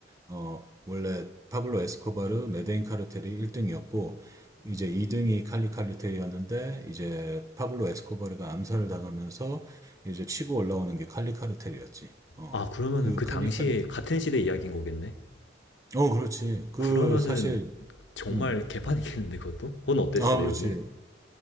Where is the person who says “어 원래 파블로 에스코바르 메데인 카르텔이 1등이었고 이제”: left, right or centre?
Right